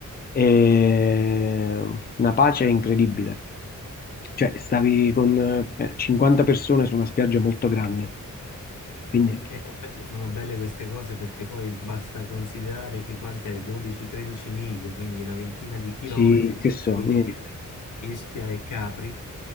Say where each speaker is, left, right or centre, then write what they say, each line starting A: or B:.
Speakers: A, on the left; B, on the left.
A: E mm, una pace incredibile. Cioè, stavi con eh, 50 persone su una spiaggia molto grande, quindi
B: E be- sono belle queste cose perché poi basta considerare che quant'è 12-13 miglia, quindi una ventina di chilometri,
A: sì, che so,
B: Ischia,
A: niente.
B: Ischia e Capri,